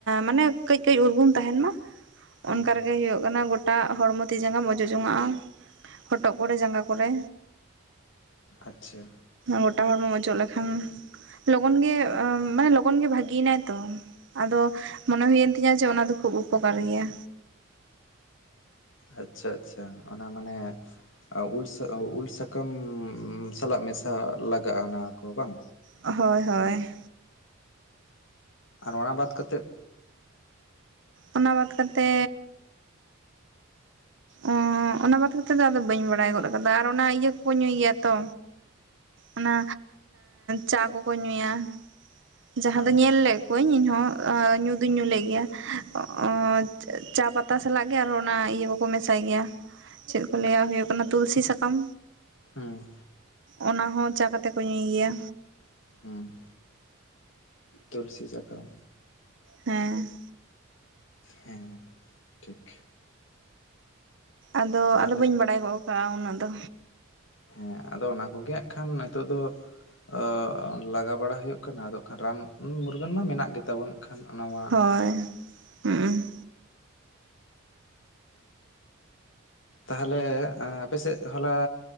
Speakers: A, on the right; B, on the left.
A: ᱢᱟᱱᱮ ᱠᱟᱹᱡ ᱠᱟᱹᱡ ᱩᱨᱜᱩᱢ ᱛᱟᱸᱦᱮᱱ ᱢᱟ
B: ᱦᱮᱸ
A: ᱚᱱᱠᱟ ᱨᱮᱜᱮ ᱦᱳᱭᱳᱜ ᱠᱟᱱᱟ ᱜᱚ ᱴᱟᱜ ᱦᱚᱲᱢᱚ ᱛᱤ ᱡᱟᱸᱜᱟᱢ ᱚᱡᱚᱜ ᱡᱚᱝᱱᱟᱜᱼᱟ ᱦᱚᱴᱚᱜ ᱠᱚᱨᱮ ᱡᱟᱸᱜᱟ ᱠᱚᱨᱮ᱾
B: ᱟᱪᱪᱷᱟ᱾
A: ᱜᱚᱴᱟ ᱦᱚᱲᱢᱚ ᱚᱡᱚᱜ ᱞᱮᱠᱷᱟᱱ ᱞᱚᱜᱚᱱ ᱜᱮ ᱢᱟᱱᱮ ᱞᱚ ᱞᱚᱜᱚᱱ ᱜᱮ ᱵᱷᱟᱜᱤᱱᱟᱭ ᱛᱚ ᱟᱫᱚ ᱢᱚᱱᱮ ᱦᱩᱭᱮᱱ ᱛᱤᱧᱟᱹ ᱡᱮ ᱚᱱᱟ ᱫᱚ ᱠᱷᱩᱵ ᱩᱯᱚᱠᱟᱨ ᱜᱮᱭᱟ᱾
B: ᱟᱪᱪᱷᱟ ᱟᱪᱪᱷᱟ, ᱚᱱᱟ ᱢᱟᱱᱮ ᱟ ᱩᱞ ᱩᱞ ᱥᱟᱠᱟᱢ ᱥᱟᱞᱟᱜ ᱢᱮᱥᱟ ᱞᱟᱜᱟᱜᱼᱟ ᱚᱱᱟ ᱠᱚ ᱵᱟᱝ?
A: ᱦᱳᱭ ᱦᱳᱭ᱾
B: ᱚᱸ ᱟᱨ ᱚᱱᱟ ᱵᱟᱫ ᱠᱟᱛᱮᱫ
A: ᱚᱱᱟ ᱵᱟᱫ ᱠᱟᱛᱮᱻ ᱚᱻ ᱚᱱᱟ ᱵᱟᱫ ᱠᱟᱛᱮᱫ ᱫᱚ ᱟᱫᱚ ᱵᱟᱹᱧ ᱵᱟᱲᱟᱭ ᱜᱚᱫ ᱟᱠᱟᱫᱟ ᱟᱨ ᱚᱱᱟ ᱤᱭᱟᱹ ᱠᱚ ᱧᱩᱭ ᱜᱮᱭᱟ ᱛᱚ, ᱚᱱᱟ ᱪᱟ ᱠᱚᱠᱚ ᱧᱩᱭᱟ ᱡᱟᱦᱟᱸ
B: ᱟᱪᱪᱷᱟ
A: ᱫᱚ ᱧᱮᱞ ᱞᱮᱠ ᱠᱚᱣᱟᱹᱧ ᱤᱧ ᱦᱚᱸ ᱚᱸ ᱧᱩ ᱫᱩᱧ ᱧᱩ ᱞᱮᱫ ᱜᱮᱭᱟ ᱚᱸ ᱪᱟ ᱯᱟᱛᱟ ᱥᱟᱞᱟᱜ ᱜᱮ ᱟᱨᱚᱸ ᱚᱱᱟ ᱤᱭᱟᱹ ᱠᱚ ᱠᱚ ᱢᱮᱥᱟᱭ ᱜᱮᱭᱟ, ᱪᱮᱫ ᱠᱚ ᱞᱟᱹᱭᱟ ᱦᱩᱭᱩᱜ ᱠᱟᱱᱟ ᱛᱩᱞᱥᱤ ᱥᱟᱠᱟᱢ᱾
B: ᱦᱩᱸ᱾
A: ᱚᱱᱟ ᱦᱚᱸ ᱪᱟ ᱠᱟᱛᱮ ᱠᱚ ᱧᱩᱭ ᱜᱮᱭᱟ᱾
B: ᱦᱩᱸ᱾ ᱛᱩᱞᱥᱤ ᱥᱟᱠᱟᱢ᱾
A: ᱦᱮᱸ᱾
B: ᱦᱮᱸ ᱴᱷᱤᱠ
A: ᱟᱫᱚ
B: ᱛᱟᱦᱚᱞᱮ
A: ᱟᱫᱚ ᱵᱟᱹᱧ ᱵᱟᱲᱟᱭ ᱜᱚᱫ ᱟᱠᱟᱜ ᱩᱱᱟᱹᱜ ᱫᱚ।
B: ᱦᱮᱸ ᱟᱫᱚ ᱚᱱᱟ ᱠᱚᱜᱮ ᱦᱟᱸᱜ ᱠᱷᱟᱱ ᱱᱤᱛᱚᱜ ᱫᱚ ᱚ ᱞᱟᱜᱟᱣ ᱵᱟᱲᱟ ᱦᱩᱭᱩᱜ ᱠᱟᱱᱟ ᱟᱫᱚ ᱠᱷᱟᱱ ᱨᱟᱱ ᱢᱩᱨᱜᱟᱹᱱ ᱢᱟ ᱢᱮᱱᱟᱜ ᱜᱮᱛᱟᱵᱚᱱᱟ। ᱠᱷᱟᱱ ᱚᱱᱟᱢᱟ
A: ᱦᱳᱭ ᱦᱚᱸ
B: ᱛᱟᱦᱚᱞᱮ ᱟᱯᱮᱥᱮᱫ ᱦᱚᱞᱟ